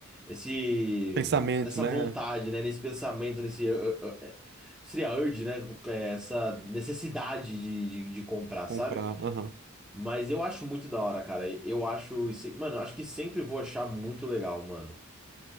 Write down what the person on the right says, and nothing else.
Pensamento,
né?
Comprar,
aham.